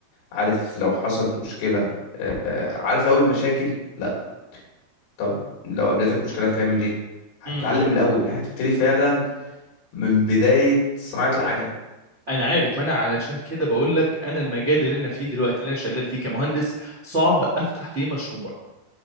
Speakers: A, on the left; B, on the right.
A: عارف لو حصلت مشكلة آه، آه، عارف لو المشاكل لا طب لو قابلتك مشكلة هتعمل ايه هتتعلم
B: امم
A: من الاول يعني هتبتدي فعلا من بداية صناعة العجلة
B: انا عارف ما انا علشان كده بقول لك انا المجال اللي انا فيه دلوقتي اللي انا شغال فيه كمهندس صعب افتح فيه مشروع